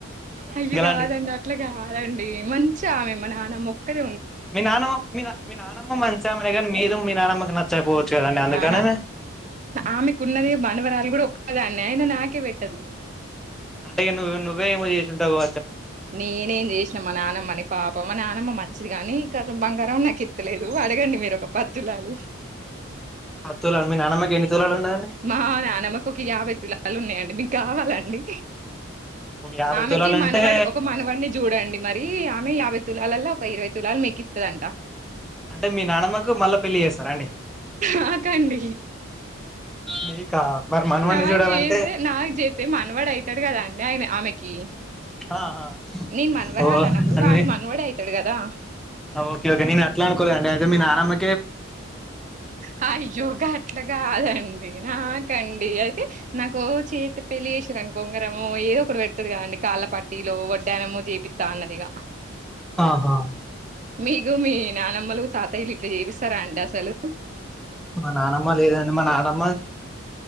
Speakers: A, on the right; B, in the centre.
A: అయ్య
B: గలాంటి
A: కాదండి అట్లాగ కాదండి మంచిగా ఆమె మ నాన్న మొక్కద
B: మీ నానమ్మ మీ మీ నానమ్మ మంచిామనే కానీ మీరు మీ నానమ్మకి నచ్చకపోవచ్చు కదండి అందుకనే
A: ఆ ఆమెకు ఉన్నది మనువరాలు కూడా అదా అన్నయింద నా నాకే పెట్టదు
B: అంటే నువ్వు నువ్వే ఏమో చేసింట టావు
A: నేనేం చేసినా మా నానమ్మని పాప మా నానమ్మ మంచిది గాని కొంచెం బంగారం నాకుెత్తలేదు అడగండి మీరు ఒక పత్తులాలు
B: పది తులాలు మీ నానమ్మకి ఎన్ని తులాలు ఉన్నదండి
A: మా నాన్నమ్మకు ఒక యాభై తులాలు ఉన్నాయండి మీకు కావాలండి
B: యాభై
A: ఆమెకి
B: తులాలు అంటే
A: మనవాడు ఒక మనవాడిని చూడండి మరి యాభై తులాాల అలా ఒక ఇరవై తులాల్ మీకు ఇత్తది అంటా
B: అంటే మీ నానమ్మకు మళ్ళా పెళ్లిి చేస్తార అండి
A: నాకండి
B: మీకా మరి మనవన్ని
A: నాకు
B: చూడాలంటే
A: చేసే నాకు చేస్త మానవాడు అవుతాడు క నయినే ఆమెకి
B: ఆహా
A: నేను మనవరాలు
B: ఓ
A: అన్నప్పుడు
B: అన్న
A: వాడు మనవాడే అయితాడు కదా
B: ఓకే ఓకే నేను అట్లా అనుకోలేండి అయితే మీ నానమ్మ
A: హ జోగా అట్లా కాదండి నా ండి అయితే నాకు చేతి పెళ్లి చేసిదని కొంగరమ ఏదో ఒకటి పెడుతుంది కదండి కాళ్ళపాటీలో వడ్డానమో చేపిస్తా అన్నదిగా
B: ఆహా
A: మీకు మీ నానమ్మలు తాతయ్యలు ఇట్లా చేపిస్త స్తారా అండి అసలు
B: మా నానమ్మ లేదండి మన నమ్మ